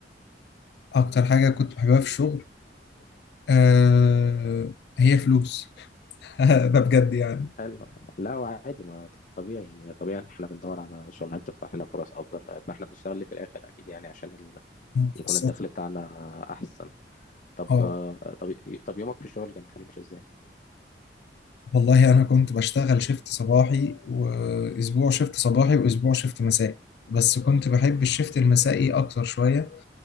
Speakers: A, on the left; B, on the left.
A: اكتر حاجة كنت بحبها في الشغل أه هي فلوس <laughs> ده بجد يعني
B: حلو لا هو عادي ما طبيعي يعني طبيعي ان احنا بندور على شغلانات تفتح لنا فرص افضل لأن احنا بنشتغل ليه في الاخر اكيد يعني عشان ال... يكون
A: خاصة
B: الدخل بتاعنا احسن طب
A: اه
B: طب طب يومك في الشغل كان بيمشي ازاي
A: والله انا كنت بشتغل شيفت صباحي واسبوع شيفت صباحي واسبوع شيفت مسائي بس كنت بحب الشيفت المسائي اكتر شوية